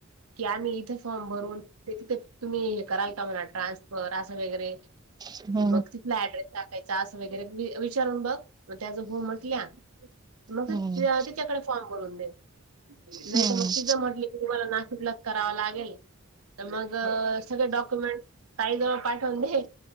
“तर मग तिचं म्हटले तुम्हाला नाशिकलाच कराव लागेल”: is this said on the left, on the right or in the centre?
Right